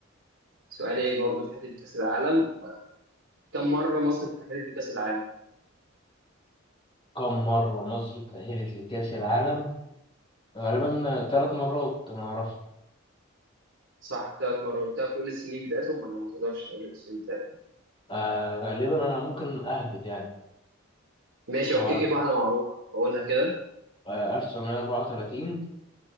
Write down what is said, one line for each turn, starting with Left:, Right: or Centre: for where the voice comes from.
Right: سؤالي برضو في حتة كأس العالم كم مرة مصر اتأهلت لكأس العالم؟
Left: كم مرة مصر تأهلت لكأس العالم؟ غالبا ثلاث مرات انا اعرفها
Right: صح ثلاث مرات تعرف تقول السنين بتاعتهم ولا ما تقدرش تقول السنين بتاعتهم
Left: آه غالبا انا ممكن اهبد يعني
Right: ماشي
Left: هو
Right: هو كده كده واحدة معروفة فأقولها كده
Left: آه 1934